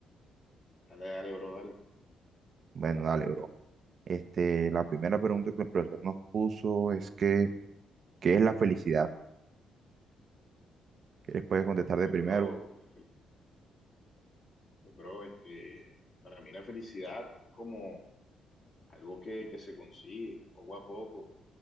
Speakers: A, on the left; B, on the right.
A: Dale, dale, bro, dale.
B: Bueno, dale, bro. Este, la primera pregunta que el profesor nos puso es que, ¿qué es la felicidad? ¿Qué les puedes contestar de
A: Pues,
B: primero?
A: bro, la fel- pues, bro, este, para mí la felicidad es como algo que, que se consigue poco a poco.